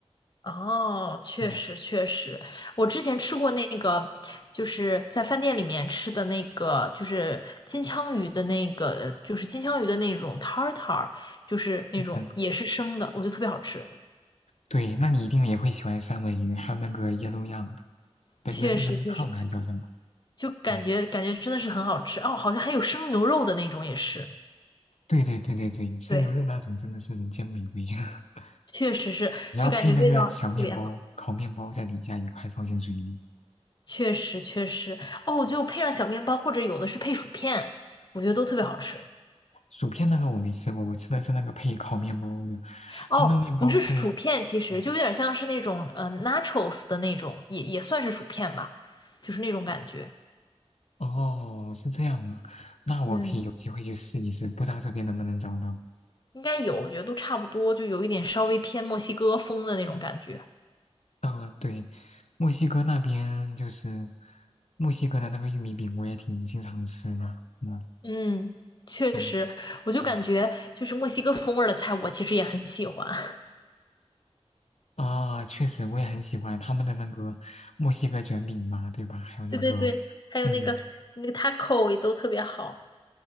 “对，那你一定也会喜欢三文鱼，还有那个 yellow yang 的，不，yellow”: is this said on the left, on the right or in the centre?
Left